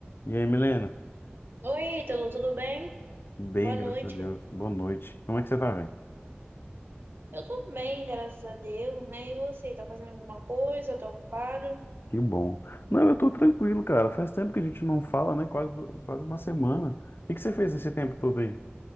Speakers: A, on the left (about 60°); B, on the right (about 60°).
A: E aí, Milena?
B: Oi, Ítalo, tudo bem?
A: Bem,
B: Boa noite.
A: graças a Deus. Boa noite. Como é que você tá, velho?
B: Eu tô bem, graças a Deus, né? E você, tá fazendo alguma coisa? Tá ocupado?
A: Que bom. Não, eu tô tranquilo, cara. Faz tempo que a gente não fala, né? Quase, quase uma semana. O que que você fez esse tempo todo aí?